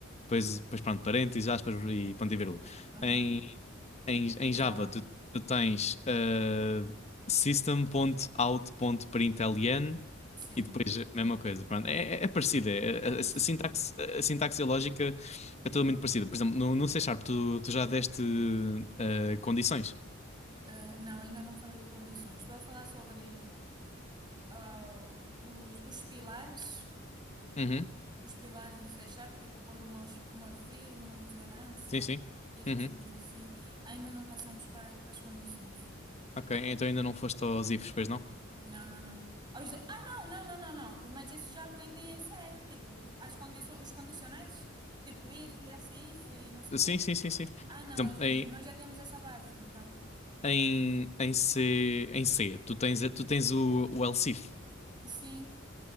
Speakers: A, on the left; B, on the right.
A: depois, depois pronto, parênteses, aspas e ponto e vírgula.
B: uhum.
A: Em, em, em
B: Em
A: Java
B: Java,
A: tu, tu tens ah, system.out.println
B: sim,
A: e depois, eh, mesma coisa, pronto. É, é, é parecida. é- a,
B: parecido.
A: a- a sintaxe, a sintaxe e a lógica é tudo muito parecida. Por exemplo, no, no C Sharp, tu, tu já deste eh, condições?
B: Eh, não, ainda não falei de condições. Estou a falar sobre ah, os, os pilares.
A: Uhum.
B: Os pilares do C Sharp, tipo polimorfismos, herança
A: Sim, sim.
B: e essas
A: Uhum.
B: cenas assim, ainda não passamos para, para as condições.
A: Ok, então ainda não foste aos ifs, pois não?
B: Não, não, não. Ah, Os- Ah, não, não, não, não, não. Mas isso já aprendi em C, tipo, as condições, os condicionais, tipo if, else if e não sei
A: Eh,
B: o
A: sim,
B: quê.
A: sim, sim, sim. Por
B: Ah, não,
A: exemplo,
B: eu já-
A: em,
B: nós já temos essa base, então.
A: em, em C, em C, tu tens, tu tens o, o else if.
B: Sim.